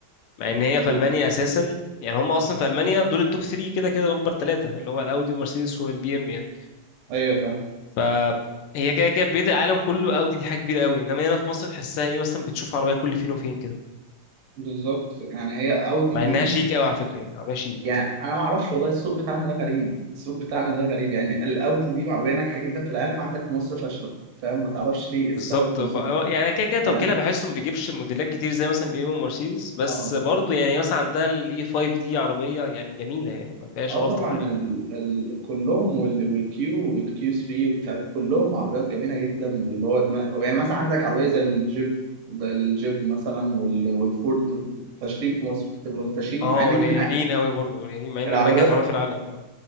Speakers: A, on the left; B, on the right.
A: مع إن هي في
B: ال-
A: ألمانيا أساسا يعني هم أصلا في ألمانيا دول التوب 3 كده كده أكبر ثلاثة اللي هو الأودي ومرسيدس والبي إم يعني
B: ايوه فاهم
A: ف هي كده كده بقية العالم كله أودي دي حاجة كبيرة قوي إنما هنا في مصر تحسها إيه مثلا بتشوف عربية كل فين وفين كده
B: بالظبط يعني هي اودي
A: مع
B: دي
A: إنها شيك قوي على فكرة يعني عربية شيك
B: يعني انا ما اعرفش والله السوق بتاعنا ده غريب السوق بتاعنا ده غريب يعني الاودي دي عربيه ناجحه جدا في العالم عندك في مصر فاشله فاهم ما تعرفش ليه ايه
A: بالظبط
B: السبب بالظبط
A: ب- هو- يعني أنا كده كده توكيلها
B: فاهم
A: بحسه ما بيجيبش موديلات كتير زي مثلا بي ام ومرسيدس بس
B: اه
A: برضه يعني مثلا عندها الاي 5 دي عربيه يعني جميله يعني ما فيهاش
B: اه
A: غلطه
B: طبعا
A: تقريبا
B: ال... ال... كلهم وال... والكيو والكيو 3 ومش عارف كلهم عربيات جميله جدا واللي هو دم... يعني مثلا عندك عربيه زي الجيب زي الجيب مثلا وال... والفورد فاشلين في مصر بتبقى فاشلين
A: اه
B: مع ان
A: قليلين
B: دي من أ...
A: قوي برضه قليلين مع ان
B: العربيات
A: من انجح العربيات في العالم اه